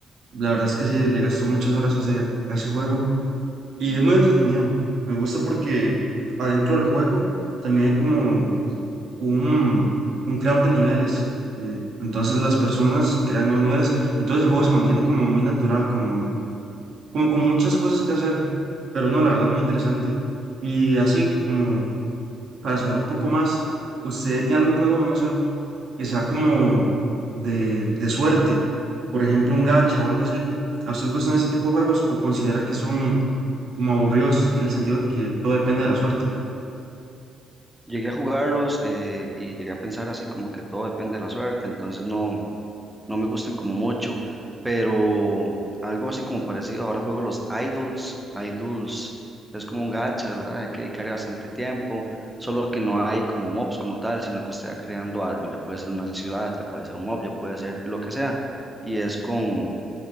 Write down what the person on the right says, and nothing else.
La verdad es que sí, le gasto muchas horas a ese, a ese juego. Y es muy entretenido. Me gusta porque adentro del juego también hay como un, un creador de niveles. eh, entonces las personas crean nuevos niveles. Entonces el juego se mantiene como muy natural, como, como con muchas cosas que hacer. Pero no, la verdad, muy interesante. Y así como para saber un poco más, ¿usted tiene algún juego, no sé, quizá como de, de suerte? Por ejemplo, un gacha o algo así. ¿A usted le gustan ese tipo de juegos o considera que son como aburridos en el sentido de que todo depende de la suerte?